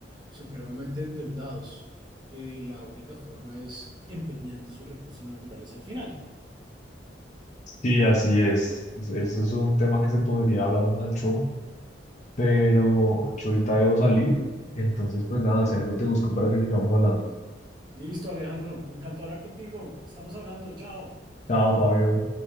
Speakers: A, on the right; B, on the left.
A: supremamente endeudados, que la única forma es empeñando sus recursos naturales al final.
B: sí, así es, Es- eso es un tema que se podría hablar mucho, pero yo ahorita debo salir, entonces pues nada, si algo te busco para que sigamos hablando.
A: Listo, Alejandro, me encantó hablar contigo. Estamos hablando, chao.
B: Chao, Fabio.